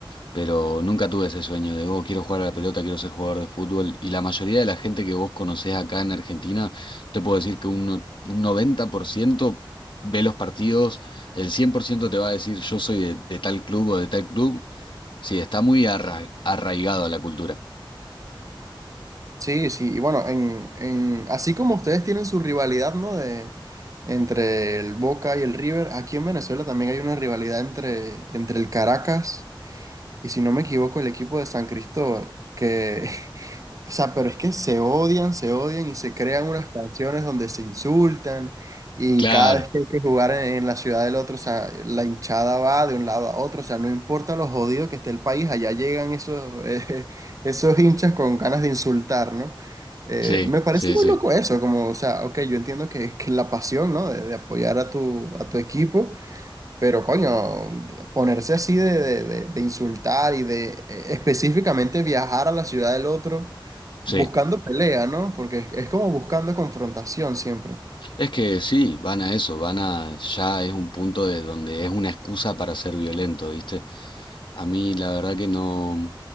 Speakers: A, on the left; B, on the right.
A: pero nunca tuve ese sueño de, oh, quiero jugar a la pelota, quiero ser jugador de fútbol. Y la mayoría de la gente que vos conocés acá en Argentina, te puedo decir que un, no- un 90% ve los partidos, el 100% te va a decir, yo soy de, de tal club o de tal club. Sí, está muy arra- arraigado a la cultura.
B: Sí, sí, y bueno, en, en, así como ustedes tienen su rivalidad, ¿no? De, entre el Boca y el River, aquí en Venezuela también hay una rivalidad entre, entre el Caracas y, si no me equivoco, el equipo de San Cristóbal, que O sea, pero es que se odian, se odian y se crean unas canciones donde se insultan y
A: Claro,
B: cada vez que hay que jugar en, en la ciudad del otro, o sea, la hinchada va de un lado a otro, o sea, no importa lo jodido que esté el país, allá llegan esos, <laughs> eh, esos hinchas con ganas de insultar, ¿no? Eh,
A: sí,
B: me parece
A: sí,
B: muy
A: sí,
B: loco eso, como, o sea, ok, yo entiendo que, que la pasión, ¿no? De, de apoyar a tu, a tu equipo. Pero coño, ponerse así de, de- de- de insultar y de eh, específicamente viajar a la ciudad del otro
A: sí.
B: buscando pelea, ¿no? Porque es, es como buscando confrontación siempre.
A: Es que sí, van a eso, van a, ya es un punto de donde es una excusa para ser violento, ¿viste? A mí la verdad que no,